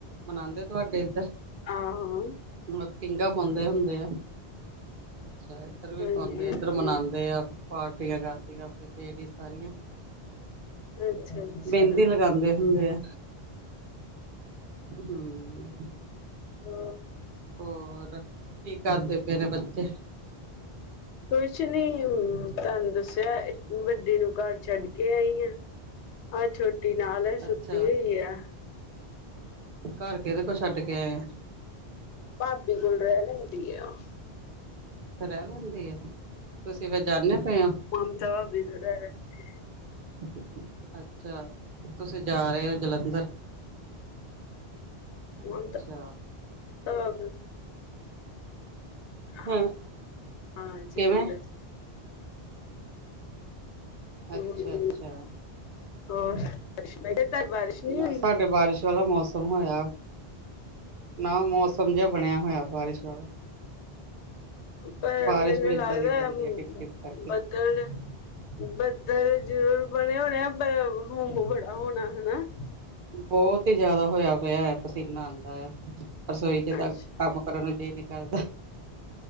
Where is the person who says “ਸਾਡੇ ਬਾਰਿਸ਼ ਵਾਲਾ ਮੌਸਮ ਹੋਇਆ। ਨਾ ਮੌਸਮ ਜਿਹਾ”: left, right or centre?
Right